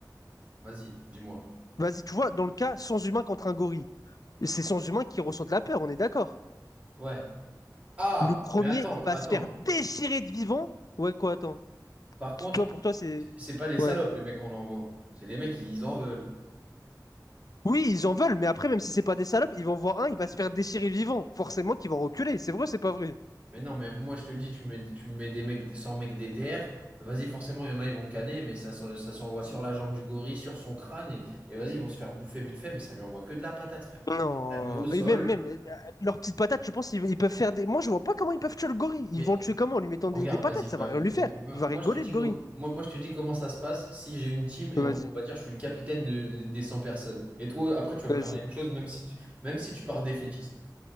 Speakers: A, on the right; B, on the left.
A: Vas-y, dis-moi.
B: Vas-y, tu vois, dans le cas, sans humain contre un gorille. C'est sans humain qui ressent de la peur, on est d'accord.
A: Ouais. Ah,
B: Le premier,
A: mais attends,
B: il va
A: attends.
B: se faire déchirer de vivant. Ouais, quoi, attends.
A: Par contre,
B: Toi, pour toi, c'est...
A: c'est pas des salopes
B: Ouais.
A: les mecs qu'on envoie. C'est des mecs qui en veulent.
B: Oui, ils en veulent, mais après, même si c'est pas des salopes, ils vont voir un, il va se faire déchirer vivant. Forcément qu'ils vont reculer. C'est vrai, ou c'est pas vrai.
A: Mais non, mais moi je te dis, tu mets, tu me mets des mecs, 100 mecs DTR, vas-y, forcément, il y en a, ils vont canner, mais ça, s'en- ça s'envoie sur la jambe du gorille, sur son crâne, et, et vas-y, ils vont se faire bouffer vite fait, mais ça lui envoie que de la patate, frère.
B: Non.
A: Ça le met au sol,
B: Et même, même, euh, leurs petites patates, je pense qu'ils ils peuvent faire des. Moi, je vois pas comment ils peuvent tuer le gorille. Ils
A: mais
B: vont le tuer comment? En lui mettant
A: regarde,
B: des, des patates,
A: vas-y, bah,
B: ça va rien
A: bah,
B: lui
A: bah,
B: faire.
A: bah,
B: Il va
A: moi,
B: rigoler,
A: je te dis
B: le gorille.
A: comment, moi, moi je te dis comment ça se passe si j'ai une team et
B: Vas-y,
A: on va dire, je suis le capitaine de- des 100 personnes. Et toi, après, tu vas
B: vas-y,
A: me faire la même chose, même si tu, même si tu pars défaitiste.